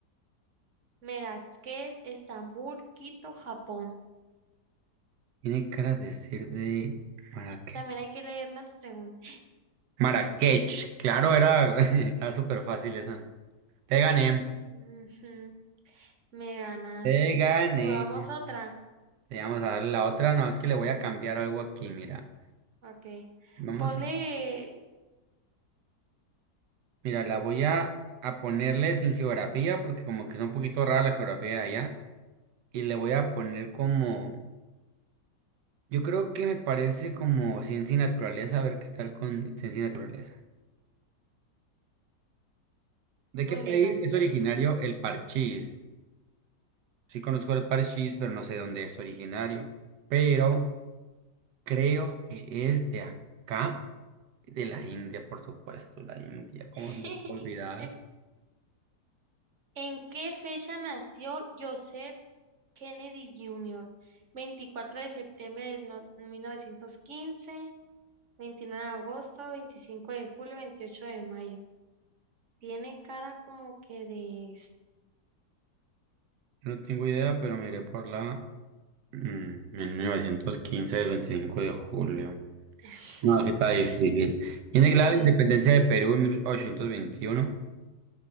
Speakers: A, on the right (about 50°); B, on the right (about 80°).
A: Merakech, Estambul, Quito, Japón.
B: Tiene cara de ser de Marrakech.
A: También hay que leer las preguntas.
B: Marrakech, claro, era. <laughs> Está súper fácil esa. Te gané.
A: Ujú, me ganaste.
B: Te gané.
A: ¿Jugamos otra?
B: Te vamos a dar la otra. No, es que le voy a cambiar algo aquí, mira.
A: Ok.
B: Vamos
A: Ponle...
B: a Mira, la voy a, a ponerle sin geografía porque como que es un poquito rara la geografía de allá. Y le voy a poner como, yo creo que me parece como ciencia y naturaleza, a ver qué tal con ciencia y naturaleza. ¿De
A: Muy
B: qué país
A: bien, acepto.
B: es originario el parchís? Sí conozco el parchís, pero no sé dónde es originario. Pero creo que es de acá, de la India, por supuesto, la India, ¿cómo
A: <laughs>
B: se me puede olvidar?
A: ¿En qué fecha nació Joseph Kennedy Jr.? 24 de septiembre de no- 1915, 29 de agosto, 25 de julio, 28 de mayo. Tiene cara como que de
B: No tengo idea, pero miré por la Mm, 1915,
A: Mm.
B: el 25 de julio.
A: <laughs>
B: No, que está difícil. ¿Quién declara
A: Sí.
B: la independencia de Perú en 1821?